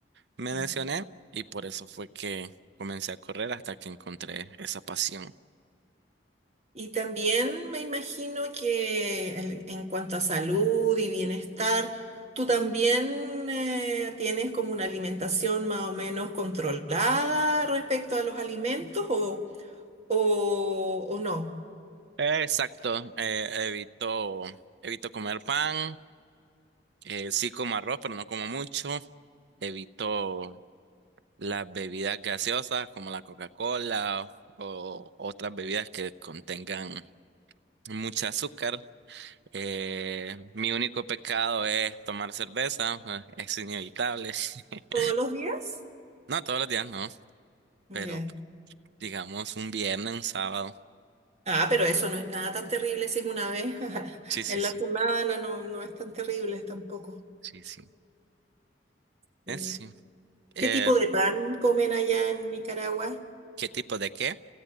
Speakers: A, on the right; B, on the right.
A: Me lesioné
B: Mm.
A: y por eso fue que comencé a correr hasta que encontré esa pasión.
B: Y también me imagino que el- en cuanto a salud y bienestar, tú también eh, tienes como una alimentación más o menos controlada respecto a los alimentos o, o, o no.
A: Eh, Exacto, eh, evito, evito comer pan, eh, sí como arroz, pero no como mucho. Evito las bebidas gaseosas como la Coca-Cola o otras bebidas que contengan mucho azúcar. Eh, mi único pecado es tomar cerveza, eh, es inevitable. <laughs>
B: todos los días.
A: No todos los días, no,
B: Ya.
A: pero digamos un viernes, un sábado.
B: Ah, pero eso no es nada tan terrible si es una vez <laughs>
A: Sí, sí,
B: en
A: sí.
B: la semana, no, no es tan terrible tampoco.
A: Sí, sí.
B: Sí.
A: Es sí. Eh,
B: ¿Qué tipo de pan comen allá en Nicaragua?
A: ¿qué tipo de qué?